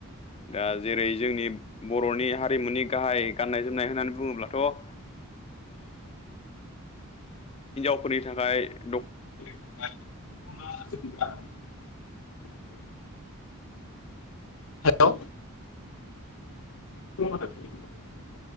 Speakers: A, on the left (about 25°); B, on the left (about 65°).
A: दा जेरै जोंनि बरनि हारिमुनि गाहाय गान्नाय जोमनाय होननानै बुङोब्लाथ' ओ <inaudible> फोरनि थाखाय द
B: <unintelligible> हेलौ <unintelligible>